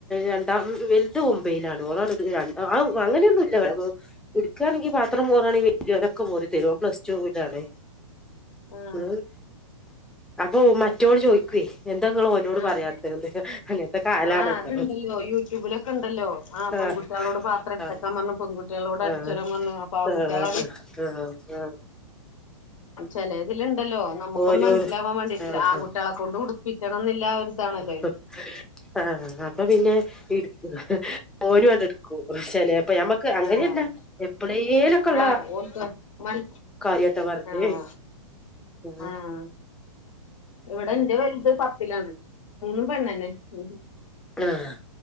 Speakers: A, in the centre; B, on the left (about 70°).
A: രണ്ടാം വലുത് ഒമ്പയിൽ ആണ് ഓളണേ എടുക്കുകണെങ്കി പാത്രം മോറാണെൽ വലിയവൻ ഒക മോറി തരും ഓന് പ്ലസ്ടുവിൽ ആണ്
B: ആഹ്
A: ഉ അപ്പൊ മറ്റൊൾ ചോയിക്കേ ന്താ ഇങ്ങൾ ഓനോട്‌
B: ആഹ്
A: പറയാതെ അങ്ങനത്തെ കാലാണല്ലോ
B: ആഹ് അത്ണ്ടല്ലോ യൂട്യൂബിലൊക്കെ ഉണ്ടല്ലോ ആഹ് പെൺകുട്ടികളോട്
A: ആഹ
B: പാത്രം എടുത്തക്കാൻ
A: ആ
B: പറഞ്ഞു പെൺകുട്ടികളോട് അടിച്ചരാൻ
A: ആഹ
B: പറഞ്ഞു അപ്പൊ ആ
A: ആഹ
B: കുട്ടികൾ
A: ആഹ് ആഹ
B: ചില ഇതിലുണ്ടല്ലോ നമുക്കൊന്ന്
A: ഓനോട്
B: മനസ്സിലാവാൻ വേണ്ടിട്ട്
A: ആഹ്
B: ആൺകുട്ടികളെ
A: ആഹ്
B: കൊണ്ട് ഉടുപ്പ കണന്നില്ലല്ല ഒരുതണല്ലേ
A: സത്ത് ആഹ അപ്പൊ പിന്നെ എടുക്ക് ഓൻയാതെടുക്കും ചിലപ്പം ഞമ്മക്ക് അങ്ങനെ
B: ആഹ്
A: എപ്പേലുമൊകയുള്ള
B: ആഹ് ഓൽക്ക് മൻ
A: കാര്യാട്ടോ പറഞ്ഞ
B: ആഹ്
A: ഉഹ
B: ആഹ് ഇവിടെ എന്റെ വലുത് പത്തിലാണ് മൂന്നും പെണ്ണന്നെ ഉ
A: ആഹ്